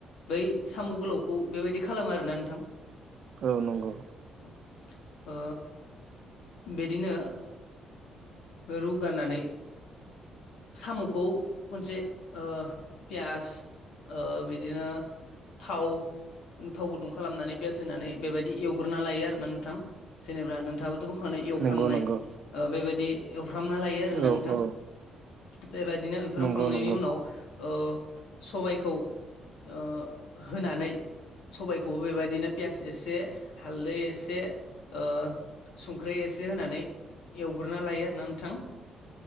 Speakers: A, on the left; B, on the right.
A: बै सामु गोलावखौ बेबायदि खालामो आरोना नोंथां।
B: औ नंगौ।
A: अ बिदिनो रुगारनानै सामुखौ खनसे अ पियास अ बिदिनो थाव थाव गुदुं खालामनानै पियास होनानै बेबायदि एवग्रोना लायो आरो ना नोंथां। जेनेबा नोंथा- खानाय एवफ्रामनाय
B: नंगौ नंगौ
A: बेबायदि एवफ्रामना लायो आरोना
B: औ
A: नोंथां।
B: औ
A: बेबायदिनो एवफ्रामखांनायनि
B: नंगौ नंगौ
A: अ उनाव ओ सबायखौ अ होनानै सबायखौबो बेबायदिनो पियास एसे हालदै एसे अ संख्रि एसे होनानै एवग्रोना लायो आरोना नोंथां।